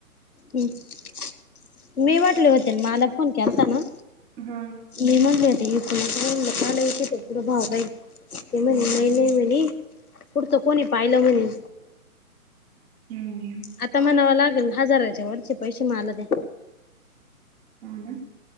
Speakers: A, on the left; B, on the right.
A: हम् मी वाटले होते मला फोन केलताना.
B: हा
A: मी म्हणलेलाची पुढं भाव बाई ते म्ह
B: हम्म
A: महिले म्ह पुढतं कोणी पाहिलं म्हणे
B: हम्.
A: आता म्हणावा लागेल हजाराचे वरचे पैसे मला द्या.
B: ह ना